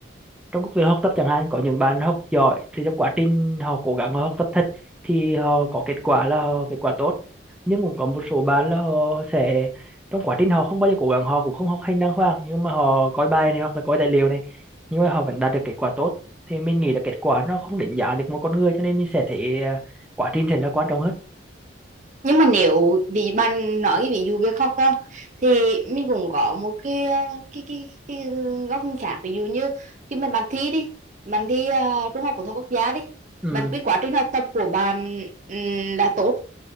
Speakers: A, in the centre; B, on the right.
A: trong các việc học tập chẳng hạn có những bạn học giỏi thì trong quá trình họ cố gắng họ học tập thật thì họ có kết quả là họ kết quả tốt nhưng cũng có một số bạn là họ sẽ trong quá trình họ không bao giờ cố gắng họ cũng không học hành đàng hoàng nhưng mà họ coi bài này hoặc là coi tài liệu này nhưng mà họ vẫn đạt được kết quả tốt thì mình nghĩ là kết quả nó không đánh giá được một con người cho nên mình sẽ thấy à, quá trình sẽ là quan trọng hơn
B: nhưng mà nếu bị bạn nói cái ví dụ việc khóc không thì mình cũng có một cái ờ, cái cái, cái góc nhìn khác ví dụ như khi mà bạn thi đi bạn thi ờ, trung học phổ thông quốc gia đi
A: ừ.
B: bạn cái quá trình học tập của bạn ừm, là tốt